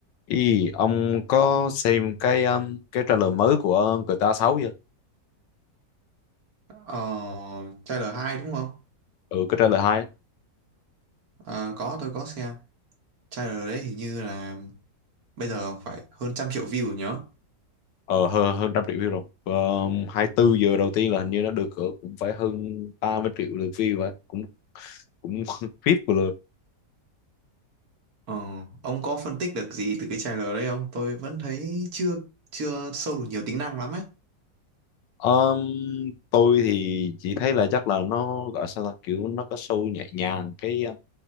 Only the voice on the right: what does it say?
Ờ, trailer 2 đúng không?
Ờ, có tôi có xem. Trailer đấy hình như là bây giờ phải hơn trăm triệu view rồi nhớ.
Ờ, ông có phân tích được gì từ cái trailer đấy không? Tôi vẫn thấy chưa chưa sâu được nhiều tính năng lắm ấy.